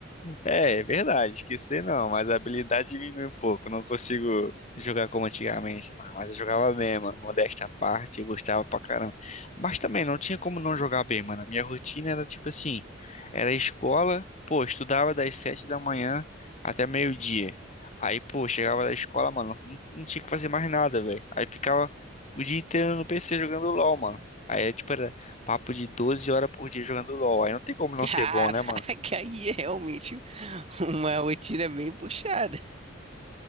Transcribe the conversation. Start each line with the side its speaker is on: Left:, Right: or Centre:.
Left: É, é verdade, esquecer não, mas a habilidade diminui um pouco. Não consigo jogar como antigamente, mas mas eu jogava bem, mano. Modéstia à parte, eu gostava pra caramba. Mas também não tinha como não jogar bem, mano. A minha rotina era tipo assim: era escola, pô, estudava das sete da manhã até meio-dia. Aí, pô, chegava da escola, mano, não, não tinha que fazer mais nada, velho. Aí ficava o dia inteiro no PC jogando LOL, mano. Aí, tipo, era papo de 12 horas por dia jogando LOL. Aí não tem como
Right: <laughs>
Left: não
Right: Caraca,
Left: ser bom, né, mano?
Right: aí é realmente uma rotina bem puxada.